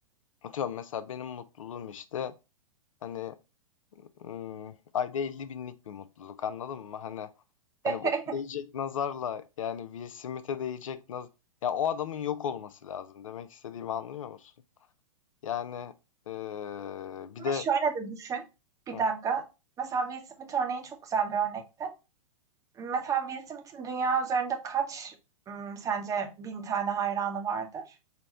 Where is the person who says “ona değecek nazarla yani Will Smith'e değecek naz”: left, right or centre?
Left